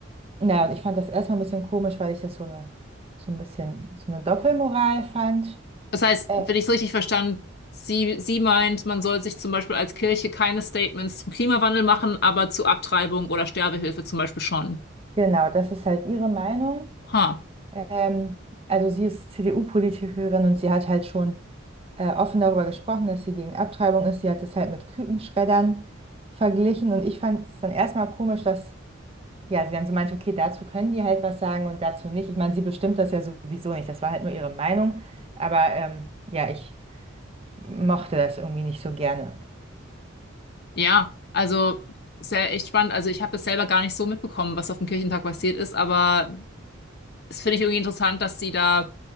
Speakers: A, on the right (about 30°); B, on the left (about 50°).
A: naja, und ich fand das erstmal ein bisschen komisch, weil ich das so eine, so ein bisschen, so eine Doppelmoral fand.
B: Das heißt,
A: Äh,
B: wenn ich es richtig verstanden, sie, sie meint, man soll sich zum Beispiel als Kirche keine Statements zum Klimawandel machen, aber zu Abtreibung oder Sterbehilfe zum Beispiel schon.
A: genau, das ist halt ihre Meinung.
B: Ha,
A: Ähm, also sie ist CDU-Politikerin und sie hat halt schon äh, offen darüber gesprochen, dass sie gegen Abtreibung ist. Sie hat das halt mit Kükenschreddern verglichen und ich fand es dann erstmal komisch, dass ja, sie dann so meinte, okay, dazu können die halt was sagen und dazu nicht. Ich meine, sie bestimmt das ja sowieso nicht. Das war halt nur ihre Meinung. Aber ähm, ja, ich mochte das irgendwie nicht so gerne.
B: ja, also ist ja echt spannend. Also ich habe das selber gar nicht so mitbekommen, was auf dem Kirchentag passiert ist, aber es finde ich irgendwie interessant, dass sie da